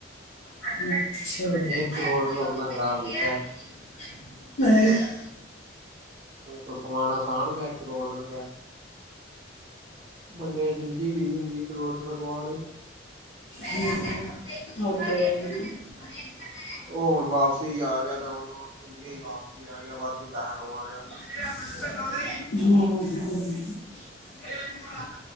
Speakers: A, on the left; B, on the right.
A: ਅੱਛਾ
B: ਇੱਕ ਕਰੋੜ ਰੁਪਇਆ ਆਪਣਾ ਖ਼ਰਾਬ
A: <unintelligible>
B: ਕੀਤਾ। ਕੋਈ ਕਮਾਣਾ ਅਸਾਨ ਪਯੈ ਕਰੋੜ ਰੁਪਆ। ਬੰਦਆਂ ਦੀ ਜ਼ਿੰਦਗੀ ਵੀ ਨੀ ਹੁੰਦੀ ਕਰੋੜ ਰੁਪਿਆ ਕਮਾ ਲੇ
A: ਹਮ ਔ ਤੇ ਹੈ ਈ। <unintelligible>
B: ਉਹ ਹੁਣ ਵਾਪਸੀ ਆ ਗਿਆ ਤਾਂ ਹੁਣ ਇੰਡੀਆ ਈ ਵਾਪਸੀ ਆ ਗਯੈ। ਵਾਧੂ ਪੈਹਾ ਕਮਾ ਲਯੈ
A: <unintelligible> ਹਮ ਹਮ <unintelligible>